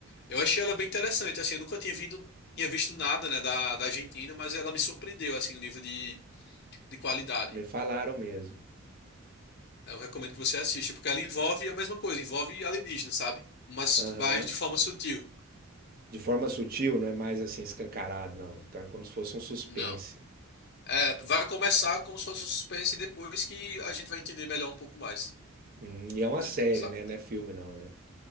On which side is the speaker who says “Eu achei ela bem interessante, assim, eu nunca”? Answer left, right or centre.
Left